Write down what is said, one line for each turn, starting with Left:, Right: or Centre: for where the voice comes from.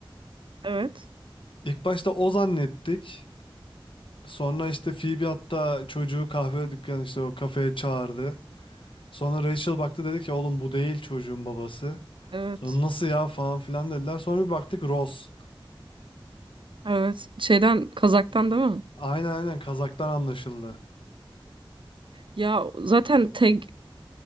Right: Evet.
Left: İlk başta o zannettik. Sonra işte Phoebe hatta çocuğu kahve dükkanı işte o kafeye çağırdı. Sonra Rachel baktı dedi ki oğlum bu değil çocuğun babası.
Right: Evet.
Left: Sonra nasıl ya falan filan dediler. Sonra bir baktık Ross.
Right: Evet. Şeyden Kazak'tan değil mi?
Left: Aynen aynen Kazak'tan anlaşıldı.
Right: Ya zaten tek